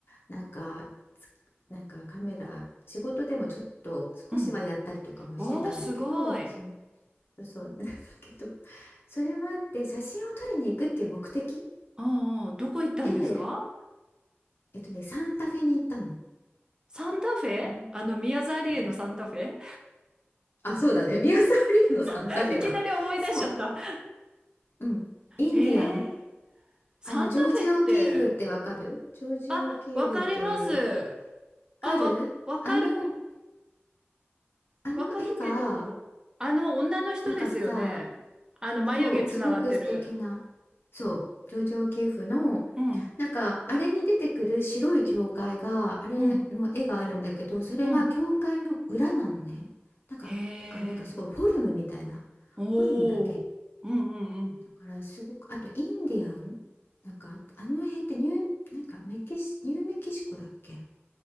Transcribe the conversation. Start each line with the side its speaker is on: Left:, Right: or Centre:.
Left: なんか、つなんかカメラ、仕事でもちょっと少しはやったりとかもしてたんだけど、
Right: うん。おー、すごい。
Left: そ、そう、そう <laughs> なんだけど、それはあって写真を撮りに行くっていう目的
Right: うんうん。どこ行ったんですか
Left: で、えっとね、サンタフェに行ったの。
Right: サンタフェあの、
Left: あん、
Right: 宮沢りえのサンタフェ
Left: うん、あ、そうだね、<laughs> ミ沢サリーのサンタフェだ。
Right: <laughs> いきなり思い出しちゃった。
Left: そう、うん、インディアン。
Right: えー、サンタフェって、
Left: あのジョージア・オキーフってわかるジョージア・
Right: あ、
Left: オキーフっていう
Right: わかります。あ、
Left: かるあの、
Right: わか、わかる、
Left: あの絵が、
Right: わかるけど、あの女の人ですよね。
Left: なんかさ、
Right: あの眉毛つながってる。
Left: そう、すごく素敵な、そう、上場給付の、
Right: うん、
Left: なんか、あれに出てくる白い教会が、あれの絵があるんだけど、
Right: うん、
Left: それは教会の裏なのね。
Right: うん。
Left: なんか、
Right: へえ、
Left: だからなんかすごいフォルムみたいな、
Right: おー、
Left: フォルムだけ。
Right: うん、うん、
Left: だからすごく、あとインディアン、なんか、あの辺ってニュー、なんかメキシ、ニューメキシコだっけ